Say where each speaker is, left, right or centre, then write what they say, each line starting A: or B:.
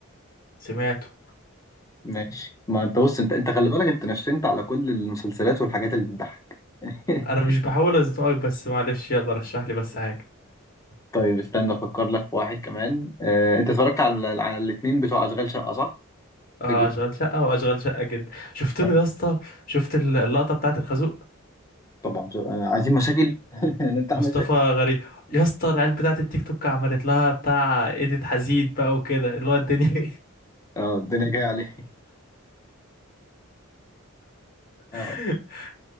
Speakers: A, on the left (about 45°); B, on the left (about 15°).
A: سمعته
B: ماشي ما انت بص انت انت خلي بالك انت نشنت على كل المسلسلات والحاجات اللي بتضحك <laughs>
A: انا مش بحاول ازنقك بس معلش يلا رشح لي بس حاجه
B: طيب استنى افكر لك في واحد كمان اه انت اتفرجت على على الاثنين بتوع اشغال شقة صح؟
A: اه
B: الجزء-
A: اشغال شقه واشغال شقه جدا شفت
B: طب-
A: له يا اسطى شفت ال- اللقطه بتاعت الخازوق
B: طبعا شو- آه، عايزين مشاكل <laughs> نفتح
A: مصطفى
B: مشاكل
A: غريب يا اسطى العيال بتاعت التيك توك عملت لها بتاع ايديت حزين بقى وكده اللي هو الدنيا
B: اه الدنيا جايه عليه <laughs>
A: <laughs>
B: اه